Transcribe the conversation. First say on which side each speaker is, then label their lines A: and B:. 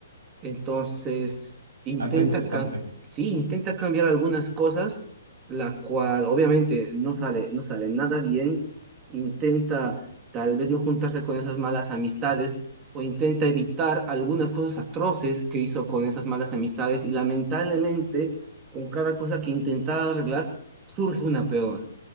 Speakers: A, on the right (about 20°); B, on the right (about 70°).
A: Entonces, intenta,
B: Ah, está interesante.
A: cam- sí, intenta cambiar algunas cosas, la cual obviamente no sale, no sale nada bien. Intenta tal vez no juntarse con esas malas amistades o intenta evitar algunas cosas atroces que hizo con esas malas amistades y lamentablemente con cada cosa que intentaba arreglar surge una peor.